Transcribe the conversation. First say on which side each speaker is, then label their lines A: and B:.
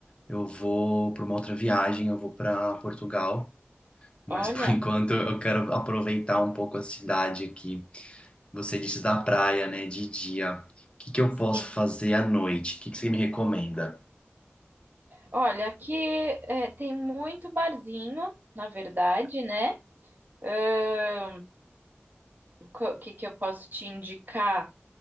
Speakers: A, on the left (about 25°); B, on the right (about 50°).
A: eu vou para uma outra viagem, eu vou para Portugal. Mas
B: Olha,
A: por <laughs> enquanto eu quero aproveitar um pouco a cidade aqui. Você disse da praia, né? De dia. O que que eu
B: sim.
A: posso fazer à noite? O que que você me recomenda?
B: Olha, aqui é, tem muito barzinho, na verdade, né? Ahn, co- O que, que eu posso te indicar?